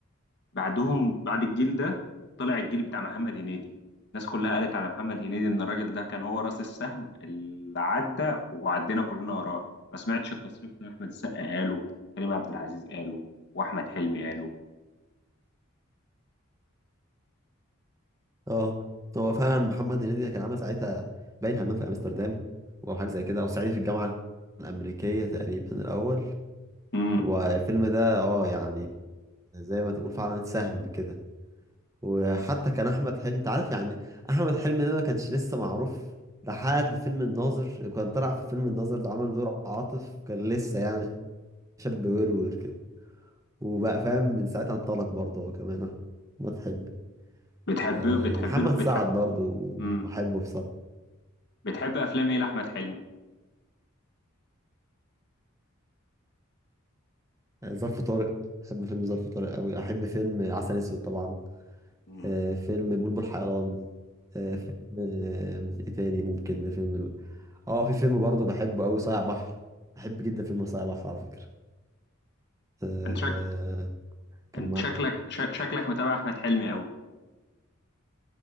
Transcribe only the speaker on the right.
اه هو فعلا محمد هنيدي كان عامل ساعتها باين همام في امستردام او حاجه زي كده او صعيدي في الجامعه الامريكيه تقريبا الاول
والفيلم ده اه يعني زي ما تقول فعلا اتسهم كده وحتى كان احمد حلمي انت عارف يعني احمد حلمي ده ما كانش لسه معروف لحد فيلم الناظر كان طلع في فيلم الناظر ده عامل دور عاطف كان لسه يعني شاب ورور كده وبقى فاهم من ساعتها انطلق برضه هو كمان احمد حلمي
آه،
محمد
سعد برضه
بحبه بصراحه
آه، ظرف طارق احب فيلم ظرف طارق قوي احب فيلم عسل اسود طبعا
آه، فيلم بلبل حيران آه، فيلم آه، ايه تاني ممكن فيلم ال- اه في فيلم برضه بحبه قوي صايع بحر بحب جدا فيلم صايع بحر على فكرة آه،
كان
مع